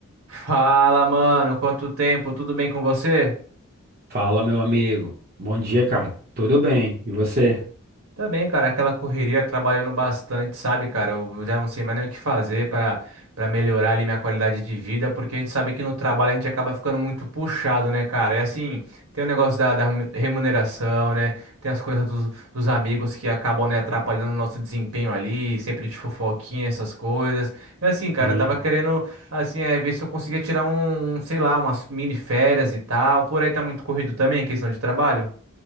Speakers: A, on the right; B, on the right.
A: Fala, mano, quanto tempo? Tudo bem com você?
B: Fala, meu amigo. Bom dia, cara. Tudo bem? E você?
A: Tá bem, cara, aquela correria trabalhando bastante, sabe, cara? Eu já não sei mais nem o que fazer para para melhorar ali minha qualidade de vida, porque a gente sabe que no trabalho a gente acaba ficando muito puxado, né, cara? É assim, tem o negócio da, da remuneração, né? Tem as coisas dos, dos amigos que acabam, né, atrapalhando o nosso desempenho ali, sempre de fofoquinha, essas coisas. É assim, cara,
B: Sim.
A: eu tava querendo, assim, é, ver se eu conseguia tirar um, um, sei lá, umas mini férias e tal. Por aí tá muito corrido também, questão de trabalho.